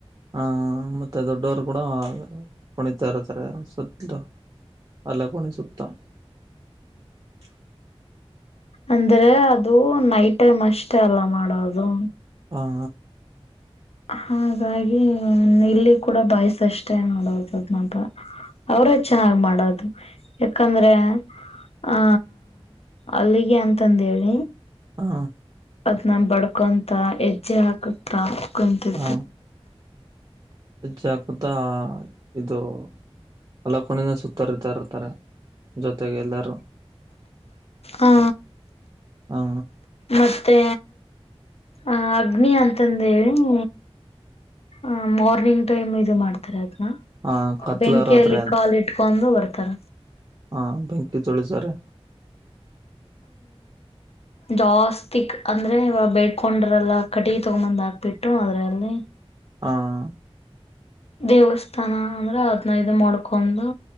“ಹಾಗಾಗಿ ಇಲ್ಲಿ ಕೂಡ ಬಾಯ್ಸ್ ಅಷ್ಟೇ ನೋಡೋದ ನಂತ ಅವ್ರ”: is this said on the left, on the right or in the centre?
Left